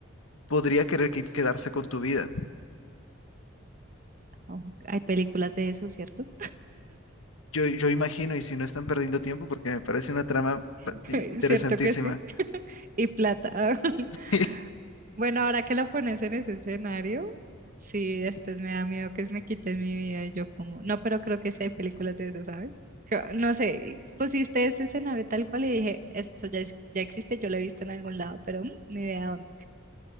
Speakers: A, on the left; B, on the right.
A: podría querer que- quedarse con tu vida.
B: Oh, hay películas de eso, ¿cierto?
A: Yo, yo imagino, y si no están perdiendo tiempo, porque me parece una trama ba-
B: <laughs>
A: interesantísima.
B: Cierto que sí.
A: <laughs>
B: <laughs> Y plata. <laughs>
A: Sí.
B: Bueno, ahora que lo pones en ese escenario, sí, después me da miedo que me quiten mi vida y yo como, no, pero creo que sí hay películas de eso, ¿sabes? Creo- No sé, y pusiste ese escenario tal cual y dije, esto ya, es- ya existe, yo lo he visto en algún lado, pero mm, ni idea dónde.